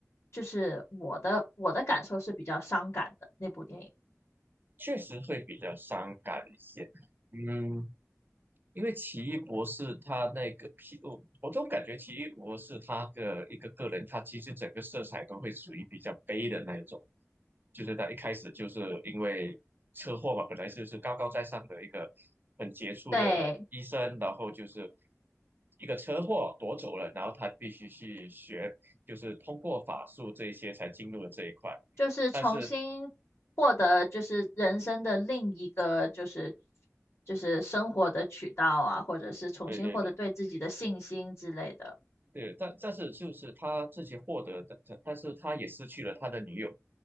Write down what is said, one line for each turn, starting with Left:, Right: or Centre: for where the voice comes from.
Left: 就是我的我的感受是比较伤感的那部电影。
Right: 确实会比较伤感一些，嗯，因为奇异博士他那个皮，我我总感觉奇异博士他的一个个人，他其实整个色彩都会属于比较悲的那一种，就是他一开始就是因为车祸嘛，本来就是高高在上的一个很杰出的医生，
Left: 对，
Right: 然后就是一个车祸夺走了，然后他必须去学，就是通过法术这一些才进入了这一块，
Left: 就是重新获得就是人生的另一个就是
Right: 但是
Left: 就是生活的渠道啊，或者是重新获得对自己的信心之类的。
Right: 对对对对，但但是就是他自己获得的，但但是他也失去了他的女友。